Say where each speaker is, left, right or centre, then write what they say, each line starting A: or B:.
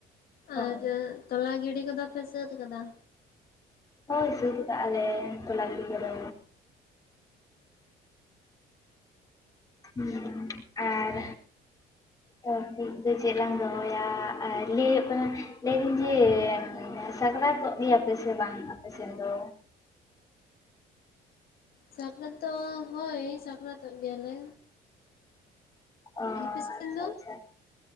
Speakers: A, on the left; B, on the left.
A: ᱦᱳᱭ
B: ᱟᱨ ᱛᱚᱞᱟ ᱜᱤᱰᱤ ᱠᱚᱫᱚ ᱯᱮ ᱥᱟᱹᱛ ᱟᱠᱟᱫᱟ
A: ᱦᱚᱭ ᱥᱟᱹᱛ ᱠᱟᱜᱼᱟ ᱞᱮ ᱛᱚᱞᱟ ᱜᱤᱰᱤ ᱠᱚᱫᱚ ᱦᱩᱸ ᱟᱨ ᱚ ᱫᱩᱠ ᱫᱚ ᱪᱮᱫ ᱞᱟᱝ ᱫᱚᱦᱚᱭᱟ ᱟᱨ ᱞᱟᱹᱭᱮᱜ <unintelligible> ᱞᱟᱹᱭᱫᱟᱹᱧ ᱡᱮ ᱥᱟᱠᱨᱟᱛ ᱜᱮᱭᱟ ᱯᱮ ᱥᱮ ᱵᱟᱝ ᱟᱯᱮᱥᱮᱱ ᱫᱚ
B: ᱥᱟᱠᱨᱟᱛ ᱫᱚ ᱦᱳᱭ ᱥᱟᱠᱨᱟᱛᱚᱜ ᱜᱮᱭᱟᱞᱮ
A: ᱚ
B: ᱟᱯᱮ ᱥᱮᱱ
A: ᱟᱪᱷᱟ
B: ᱫᱚ?
A: ᱟᱪᱷᱟ